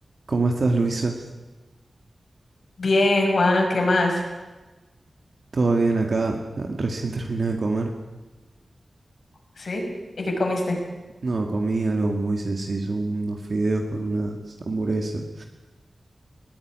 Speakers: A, on the right (about 50°); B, on the left (about 80°).
A: ¿Cómo estás, Luisa?
B: Bien, Juan, ¿qué más?
A: ¿Todo bien acá? Ah, Recién terminé de comer.
B: ¿Sí? ¿Y qué comiste?
A: No, comí algo muy sencillo, unos fideos con unas hamburguesas.